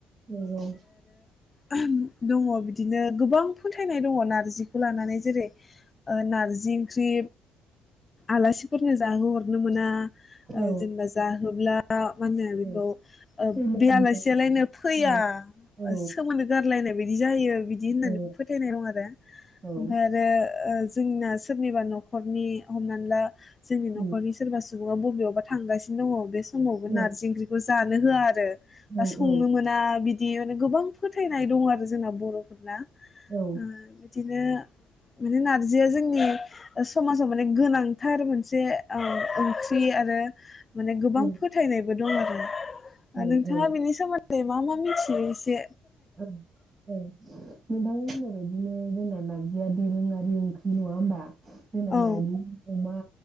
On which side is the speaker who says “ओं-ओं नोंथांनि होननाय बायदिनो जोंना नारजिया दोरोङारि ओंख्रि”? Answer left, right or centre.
Right